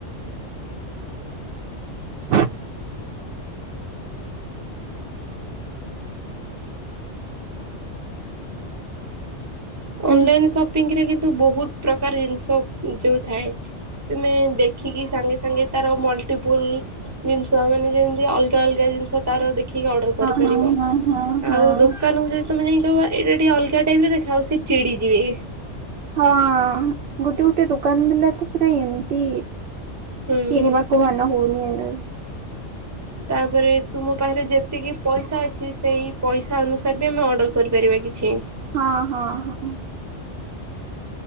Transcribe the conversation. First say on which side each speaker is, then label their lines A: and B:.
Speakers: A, on the right; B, on the right.
A: <unintelligible> ହଁ
B: ଅନଲାଇନ ସପିଙ୍ଗ ରେ କିନ୍ତୁ ବହୁତ ପ୍ରକାର ଜିନିଷ ଯୋଉ ଥାଏ। ତୁମେ ଦେଖିକି ସାଙ୍ଗେ ସାଙ୍ଗେ ତାର ମଲ୍ଟିପୁଲ ଜିନିଷ ମାନେ ଯେମିତି ଅଲଗା ଅଲଗା ଜିନିଷ ତାର ଦେଖିକି ଅର୍ଡର କରିପାରିବ
A: ହଁ ହଁ ହଁ ହଁ।
B: ଆଉ ଦୋକ କାନକୁ ଯଦି ତମେ ଯାଇ କହିବ ଏଇଟା ଟିକେ ଅଲଗା ଟାଇପ୍ ର ଦେଖାଅ ସେ ଚିଡ଼ିଯିବେ।
A: ହଁ ଗୋଟେ ଗୋଟେ ଦୋକାନ ବାଲା ତ ପୁରା ଏମିତି
B: ହୁଁ
A: କିଣିବା <unintelligible>
B: ତାପରେ ତୁମ ପାଖରେ ଯେତିକି ପଇସା ଅଛି ସେଇ ପଇସା ଅନୁସାରେ ବି ଆମେ ଅର୍ଡ଼ର କରିପାରିବା କିଛି।
A: ହଁ ହଁ ହଁ।